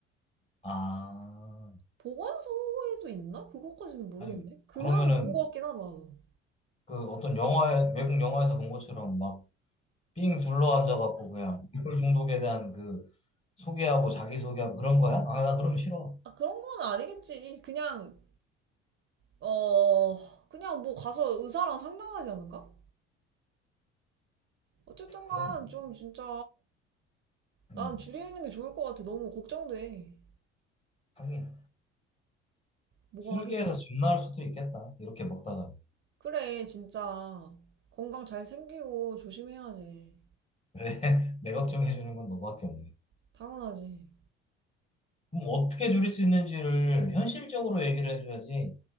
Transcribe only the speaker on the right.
보건소에도 있나? 그것까지는 모르겠네.
금연은
본 것 같긴 하다. 나도.
아, 그런 건 아니겠지. 그냥, 어, 그냥 뭐 가서 의사랑 상담하지 않을까? 어쨌든 간
좀 진짜
난 줄이는 게 좋을 것 같아. 너무 걱정돼.
뭐가
하겠냐.
그래, 진짜. 건강 잘 챙기고 조심해야지.
당연하지.